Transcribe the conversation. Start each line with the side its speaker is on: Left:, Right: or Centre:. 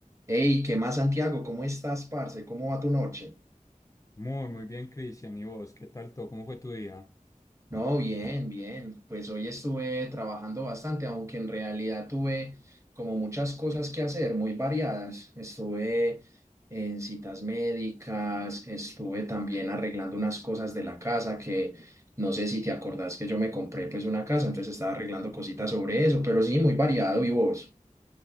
Right: Hey, ¿qué más, Santiago? ¿Cómo estás, parce? ¿Cómo va tu noche?
Left: Muy, muy bien, Cristian. ¿Y vos? ¿Qué tal todo? ¿Cómo fue tu día?
Right: No, bien, bien. Pues hoy estuve trabajando bastante, aunque en realidad tuve como muchas cosas que hacer, muy variadas. Estuve en citas médicas, estuve también arreglando unas cosas de la casa que no sé si te acordás que yo me compré pues una casa, entonces estaba arreglando cositas sobre eso, pero sí, muy variado. ¿Y vos?